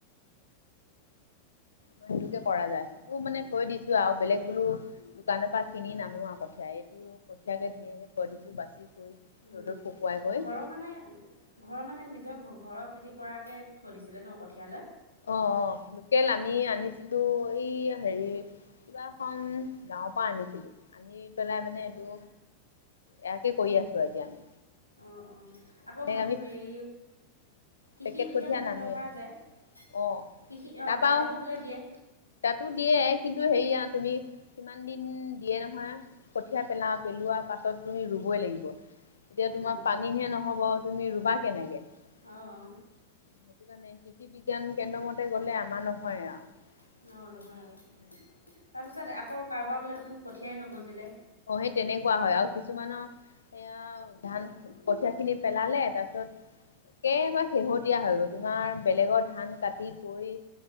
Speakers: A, on the left; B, on the left.
A: সেইটোকে কৰা যায় সেইটো মানে থৈ দিছো আৰু বেলেগ বোলো দোকানৰ পৰা কিনি নানো আৰু কঠীয়া এইটো কঠিয়াকে ধুনীয়াকে থৈ দিছো বাচি কৰি।
B: উম
A: ৰ'দত শুকুৱাই কৈ।
B: ঘৰৰ মানে ঘৰৰ মানে নিজৰ ঘ ঘৰৰ খেতি কৰাকৈ থৈ দিছিলে ন কঠীয়ালে।
A: অ', অ', লোকেল আমি আনিছিলো এইয়া হেৰি কিবা এখন গাঁৱৰ পৰা আনিছিলো আনি পেলাই মানে এইটো
B: উম,
A: এয়াকে কৰি আছোঁ এতিয়া আমি।
B: অ', অ', আকৌ
A: এনেই
B: হেন
A: আমি
B: হেৰি কৃষি
A: পেকেট
B: বিজ্ঞান
A: কঠীয়া
B: কেন্দ্ৰৰ
A: নানোৱে,
B: পৰা যে কৃষি
A: অ', তাৰপা আৰু
B: তাতো বোলে দিয়ে।
A: তাতো দিয়ে কিন্তু হেৰিয়া তুমি সিমান দিন দিয়ে নহয় কঠীয়া পেলাও পেলোৱা পাছত তুমি ৰুবই লাগিব। এতিয়া
B: উম
A: তোমাৰ
B: উম
A: পানীহে নহ'ব তুমি ৰুবা কেনেকে সেই
B: অঁ অঁ
A: কাৰণে কৃষি বিজ্ঞান কেন্দ্ৰ মতে গ'লে আমাৰ নহয় আৰু।
B: অ', নহয়
A: আমি
B: আৰু
A: উম।
B: তাৰপিছত আকৌ কাৰোবাৰ বোলে দেখোন কঠীয়াই নগজিলে।
A: অ', সেই তেনেকুৱা হয় আৰু কিছুমানৰ এ ধান কঠিয়া খিনি পেলালে তাৰপিছত একেবাৰে শেহতীয়া হৈ গ'ল তোমাৰ বেলেগৰ ধান কাটি কৰি